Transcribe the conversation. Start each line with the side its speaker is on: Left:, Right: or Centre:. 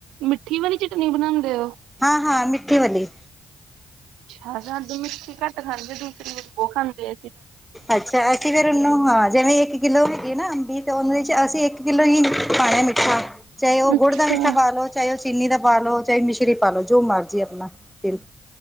Right: ਮਿੱਠੀ ਵਾਲੀ ਚਟਨੀ ਬਣਾਂਦੇ ਓ?
Centre: ਹਾਂ-ਹਾਂ ਮਿੱਠੇ ਵਾਲੀ।
Right: ਹਾਂ ਸਾਡੇ ਮਿੱਠੀ ਘੱਟ ਖਾਂਦੇ, ਦੂਸਰੀ ਬੋ ਖਾਂਦੇ ਐ।
Centre: ਅੱਛਾ ਅੱ ਤੇ ਫੇਰ ਓਨੂੰ ਹਾਂ। ਜੈਵੇਂ ਇੱਕ ਕਿੱਲੋ ਹੈਗੀ ਨਾ ਅੰਬੀ। ਤੇ ਓਦੇ ਵਿਚ ਅਸੀਂ, ਇੱਕ ਕਿੱਲੋ ਹੀ ਪਾਣਾ ਮਿੱਠਾ। ਚਾਏ ਓ ਗੁੜ
Right: ਅੱਛਾ
Centre: ਦਾ ਮਿੱਠਾ ਪਾ ਲੋ, ਚਾਏ ਓ ਚੀਨੀ ਦਾ ਪਾ ਲੋ, ਚਾਏ ਮਿਸ਼ਰੀ ਪਾ ਲੋ ਜੋ ਮਰਜ਼ੀ ਆਪਣਾ ਫੇਰ